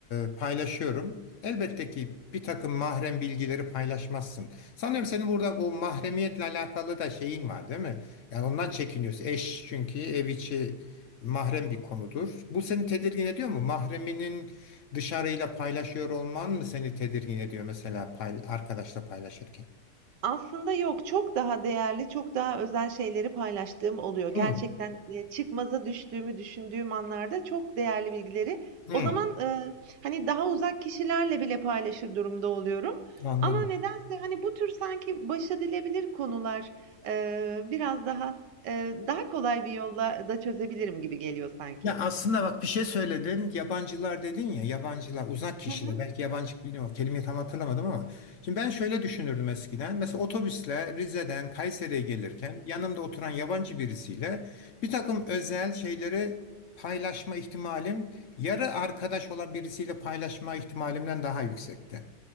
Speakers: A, on the left; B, on the right.
A: e, paylaşıyorum. Elbette ki bir takım mahrem bilgileri paylaşmazsın. Sanıyorum senin burada bu mahremiyetle alakalı da şeyin var değil mi? Yani ondan çekiniyorsun. Eş çünkü ev içi mahrem bir konudur. Bu seni tedirgin ediyor mu? Mahreminin dışarıyla paylaşıyor olman mı seni tedirgin ediyor mesela pay- arkadaşla paylaşırken?
B: Aslında yok, çok daha değerli, çok daha özel şeyleri paylaştığım oluyor. Gerçekten,
A: Hmm,
B: eee, çıkmaza düştüğümü düşündüğüm anlarda çok değerli bilgileri
A: hmm,
B: o zaman, ııı, hani, daha uzak kişilerle bile paylaşır durumda oluyorum
A: anladım.
B: ama nedense, hani, bu tür sanki başedilebilir konular, eee, biraz daha, eee, daha kolay bir yolla da çözebilirim gibi geliyor sanki.
A: Ya aslında bak bir şey söyledin. Yabancılar dedin ya yabancılar uzak kişiler
B: Hı hı.
A: belki yabancı bilmiyorum kelimeyi tam hatırlamadım ama şimdi ben şöyle düşünürdüm eskiden. Mesela otobüsle Rize'den Kayseri'ye gelirken yanımda oturan yabancı birisiyle bir takım özel şeyleri paylaşma ihtimalim yarı arkadaş olan birisiyle paylaşma ihtimalimden daha yüksekti.